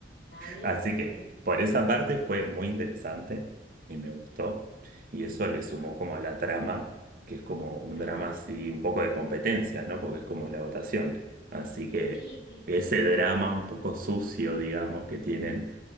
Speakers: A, on the left (about 60°); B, on the right (about 50°).
A: dale,
B: Así
A: ok,
B: que por esa parte fue muy interesante y me gustó. Y eso le
A: ajá.
B: sumó como a la trama, que es como un
A: Ah,
B: drama así, un poco de competencias, ¿no? Porque es como la votación. Así que
A: sí, sí,
B: ese
A: sí.
B: drama un poco sucio, digamos, que tienen,